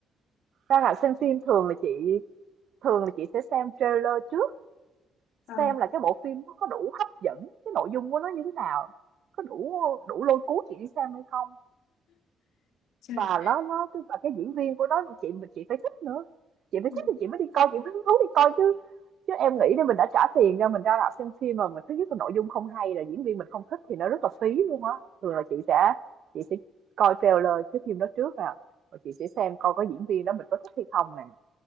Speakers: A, on the right; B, on the left.
A: ra là xem phim thường là chị thường là chị sẽ xem trailer trước
B: À,
A: xem là cái bộ phim nó có đủ hấp dẫn cái nội dung của nó như thế nào có đủ đủ lôi cuốn chị đi xem hay không
B: trời.
A: và nó nó cái và cái diễn viên của nó chị chị phải thích nữa chị phải
B: Ừ.
A: thích thì chị mới đi coi chị mới hứng thú đi coi chứ chứ em nghĩ là mình đã trả tiền ra mình ra rạp xem phim mà mình thứ nhất là nội dung không hay là diễn viên mình không thích thì nó rất là phí luôn á thường là chị sẽ chị sẽ coi trailer cái phim đó trước nè và chị sẽ xem coi có diễn viên đó mình có thích hay không nè